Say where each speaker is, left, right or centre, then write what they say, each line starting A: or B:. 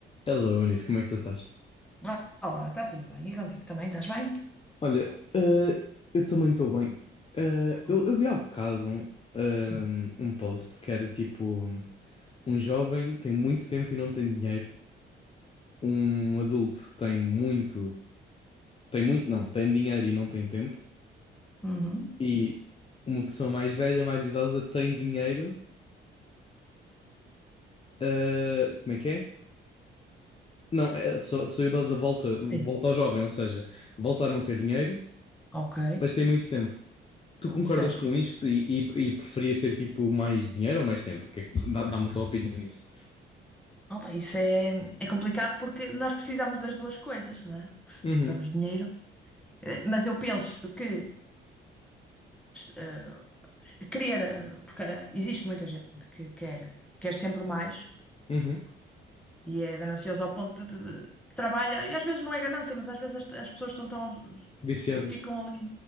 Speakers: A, on the left; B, in the centre.
A: Hello, Anísio, como é que tu estás?
B: Ah, Olá, está tudo bem? E contigo também? Estás bem?
A: Olha, eh, eu também estou bem. Eh,
B: Bom,
A: eu, eu vi há bocado um, ehm,
B: Sim,
A: um post que era tipo: um jovem tem muito tempo e não tem dinheiro, um adulto tem muito, tem muito, não, tem dinheiro e não tem tempo,
B: Uhum.
A: e uma pessoa mais velha, mais idosa, tem dinheiro. eh, como é que é? Não, é a pessoa, a pessoa idosa volta, volta
B: sim,
A: ao jovem, ou seja, volta a não ter dinheiro,
B: ok,
A: mas tem muito tempo. tu concordas
B: certo.
A: com isto e, e, e preferias ter tipo mais dinheiro ou mais tempo? Que é que- dá- Dá-me a tua opinião nisso.
B: Opa, isso é, é complicado porque nós precisamos das duas coisas, não é?
A: Uhum,
B: Precisamos de dinheiro, Eh, mas eu penso que eh, querer, eh, porque eh, existe muita gente que quer, quer sempre mais,
A: uhum.
B: E é ganancioso ao ponto de, de- de- trabalha, e às vezes não é ganância, mas às vezes as, as pessoas estão tão,
A: Viciadas.
B: ficam ali,